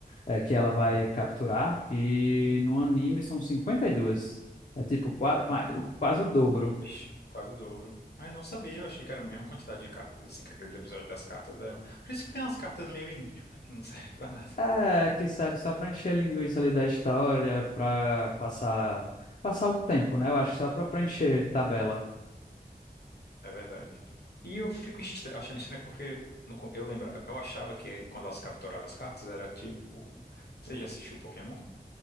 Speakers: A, on the left; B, on the left.
A: eh, que ela vai capturar, e no anime são 52. É tipo qua-
B: Ah,
A: ma- o- quase o dobro.
B: vixe, quase o dobro. Ah, eu não sabia, eu achei que era a mesma quantidade de cartas, assim, que aqueles episódios das cartas eram. Por isso que tem umas cartas meio inúteis, né? Que não <laughs> serve pra nada.
A: É, que serve só pra encher a linguiça ali da história, pra passar, passar o tempo, né? Eu acho que só pra preencher tabela.
B: É verdade. E eu fico estra- achando estranho porque no com- eu lembra, eu achava que quando elas capturavam as cartas era tipo. Você já assistiu Pokémon?